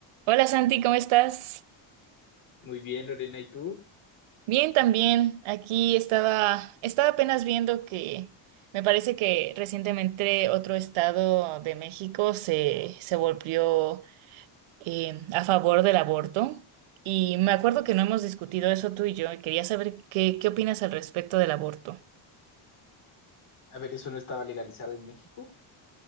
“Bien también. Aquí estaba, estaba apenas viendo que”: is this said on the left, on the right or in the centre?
Right